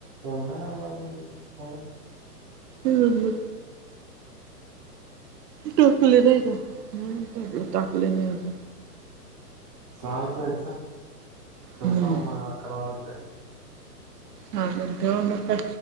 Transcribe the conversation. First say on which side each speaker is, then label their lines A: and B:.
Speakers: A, on the right; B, on the right.
A: उन्हाळा हाय अजून काही
B: हम्म हम्म. टुकली रा हम्म. हम.
A: चालत जायचं झोपूया
B: हम्म.
A: मग अकरा वाजले.
B: हां गुंठेवर मग काय?